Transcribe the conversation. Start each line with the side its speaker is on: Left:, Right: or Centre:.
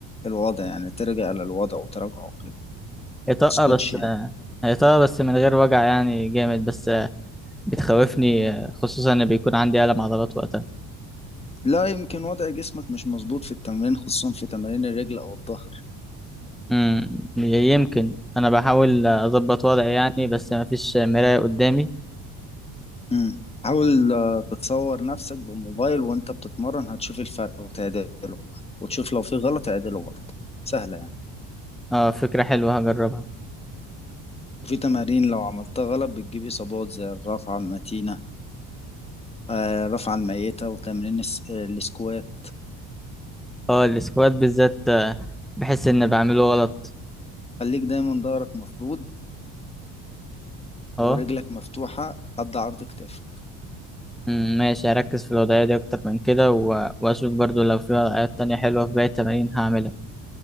Left: الوضع يعني ترجع للوضع وتراجعه كده
Centre: يطق
Left: متسكتش
Centre: بس
Left: يعني
Centre: آه، هيطق بس من غير وجع يعني جامد بس آه، بتخوفني آه، خصوصا إن بيكون عندي ألم عضلات وقتها
Left: لا يمكن وضع جسمك مش مظبوط في التمرين خصوصا في تمارين الرجل أو الظهر
Centre: امم يمكن انا بحاول اظبط وضعي يعني بس ما فيش مراية قدامي
Left: مم. حاول آه، تتصور نفسك بالموبايل وانت بتتمرن هتشوف الفرق وتعدله وتشوف لو في غلط اعدله برضه سهلة يعني
Centre: اه فكرة حلوة هجربها
Left: وفي تمارين لو عملتها غلط بتجيب إصابات زي الرفعة المتينة آه، الرفعة الميتة وتمرين الس- آه، السكوات
Centre: اه السكوات بالذات آه، بحس ان بعمله غلط
Left: خليك دايما ظهرك مفرود
Centre: اه
Left: ورجلك مفتوحة قد عرض كتافك
Centre: أمم، ماشي هركز في الوضعية دي اكتر من كده و- واشوف برضو لو في وضعيات تانية حلوة في باقي التمارين هعملها